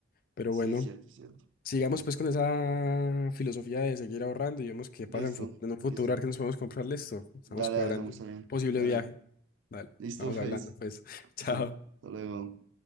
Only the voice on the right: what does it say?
Sí,
es cierto, es cierto.
Listo,
listo.
Dale,
dale, estamos
bien.
Dale.
Listo,
pues.
Listo. Hasta luego.